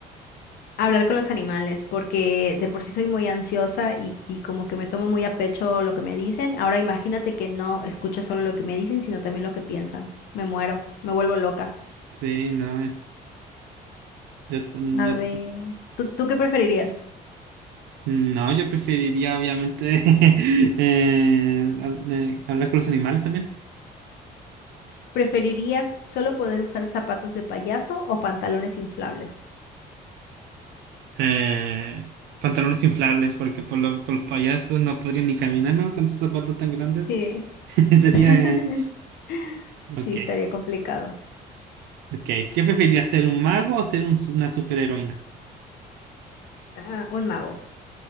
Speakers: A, on the left; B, on the right.
A: Hablar con los animales, porque de por sí soy muy ansiosa y, y como que me tomo muy a pecho lo que me dicen. Ahora imagínate que no escucho solo lo que me dicen, sino también lo que piensan. Me muero, me vuelvo loca.
B: Sí, no, yo, t-
A: A
B: yo-
A: ver, ¿tú, tú qué preferirías?
B: no, yo preferiría obviamente <laughs> eh, hab- eh, hablar con los animales también.
A: ¿Preferirías solo poder usar zapatos de payaso o pantalones inflables?
B: Eh, pantalones inflables, porque por lo- con los payasos no podrían ni caminar, ¿no? Con sus zapatos tan grandes.
A: Sí.
B: <laughs> Sería...
A: <laughs>
B: eh, ok,
A: Sí, estaría complicado.
B: ok. ¿Qué preferirías, ser un mago o ser un, su- una superheroína?
A: Ah, un mago.